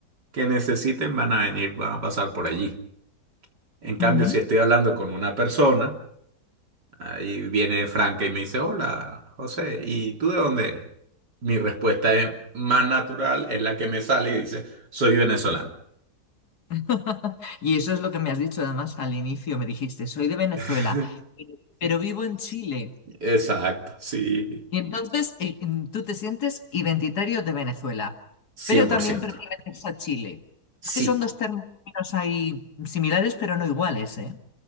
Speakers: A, on the right (about 75°); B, on the left (about 65°).
A: que necesiten van a venir, van a pasar por allí. En cambio,
B: ujú.
A: si estoy hablando con una persona, ahí viene Franca y me dice, hola, José, ¿y tú de dónde eres? Mi respuesta es más natural, es la que me sale y dice, soy venezolano.
B: <laughs> Y eso es lo que me has dicho, además, al inicio me dijiste, soy de Venezuela,
A: <laughs>
B: pero vivo en Chile.
A: Exacto, sí,
B: Y entonces eh, em, tú te sientes identitario de Venezuela,
A: cien
B: pero
A: por
B: también
A: ciento,
B: perteneces a Chile. Es
A: Sí.
B: que son dos términos ahí similares, pero no iguales, ¿eh?